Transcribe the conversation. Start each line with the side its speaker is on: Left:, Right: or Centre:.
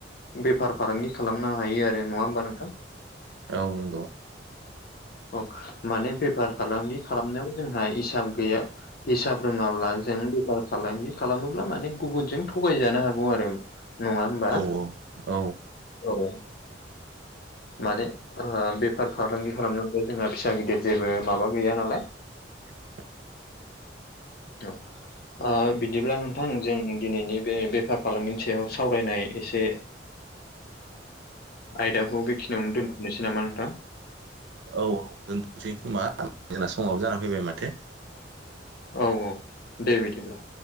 Left: बेफार फालांगि खालामनो हायो आरो नङा होमबा नोंथां
Right: औ नंगौ
Left: औ माने बेफार फालांगि खालामनायाव जोंहा हिसाब गैया हिसाब रोङाब्ला जों बेफार फालांगि खालामोब्ला माने गुबुनजों थगायजानो हागौ आरो नङा होनबा
Right: औ औ
Left: औ माने बेफार फालांगि खालामनांगौ जोंहा फिसा गिदिर जेबो माबा गैया नालाय
Right: <inaudible>
Left: औ ओ बिदिब्ला नोंथां जों दिनैनि बे बेफार फालांगिनि सायाव सावरायनाय एसे आयदाखौ बेखिनियावनो दोनथनोसै नामा नोंथां
Right: औ औ दोनथनोसैखोमा जोंना समावो जाना फैबाय माथो
Left: औ औ दे बिदिब्ला